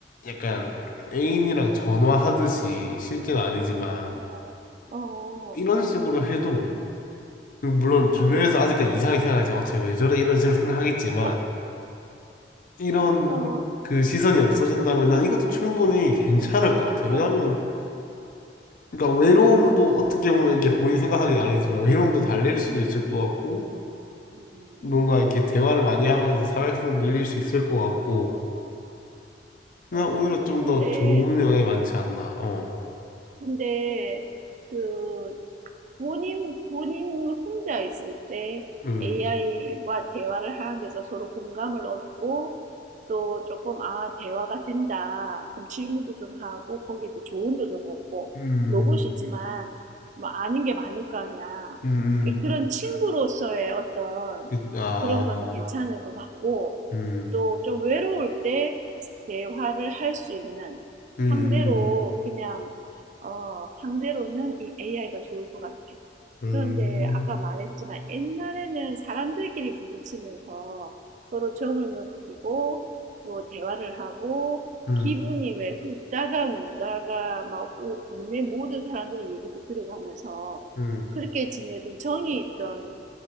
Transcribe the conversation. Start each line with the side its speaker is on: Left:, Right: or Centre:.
Left: 약간 애인이랑 전화하듯이 실제는 아니지만
Right: 어. 어어.
Left: 이런 식으로 해도 물론 주변에서
Right: 아.
Left: 아직까지 이상하게 생각하지 어쟤 왜 저래 이런 식으로 생각하겠지만
Right: 어.
Left: 이런
Right: 어.
Left: 그 시선이 없어진다면은 이것도 충분히 괜찮을 것 같아요
Right: 어.
Left: 왜냐하면
Right: 어.
Left: 그러니까 외로움도
Right: 음.
Left: 어떻게 보면 이게 본인 생각하기 나름이지만 외로움도 달랠 수도
Right: 음.
Left: 있을 것 같고
Right: 음.
Left: 뭔가 이렇게 대화를 많이 하면서 사회성 늘릴 수 있을 것 같고
Right: 음.
Left: 그냥
Right: 어.
Left: 오히려 좀
Right: 근데
Left: 더 좋은 영향이 많지 않나 어
Right: 근데 그 본인, 본인 혼자 있을 때
Left: 음
Right: AI와 대화를 하는 데서 서로 공감을 얻고 또 조금, 아, 대화가 된다. 그럼 질문도 좀 하고 거기에 대해 조언도 좀 얻고 음,
Left: 음
Right: 로봇이지만 뭐 아는 게 많을 거 아니야.
Left: 음 음
Right: 이게 그런 음, 친구로서의 어떤
Left: 그- 아
Right: 그런 거는 괜찮을 아, 것 같고
Left: 음,
Right: 또 좀 외로울 때 대화를 할 수 있는
Left: 음,
Right: 상대로
Left: 음,
Right: 음, 그냥 어, 상대로는 이 AI가 좋을 것 같아.
Left: 음,
Right: 그런데
Left: 음,
Right: 아까 말했지만 옛날에는 사람들끼리 부딪히면서 서로 정을 느끼고 또 대화를 하고
Left: 음,
Right: 기분이
Left: 음.
Right: 왜 웃다가 울다가 막 오- 동네 모든 사람들의 얘기도 들어가면서
Left: 음,
Right: 그렇게 지내던 정이 있던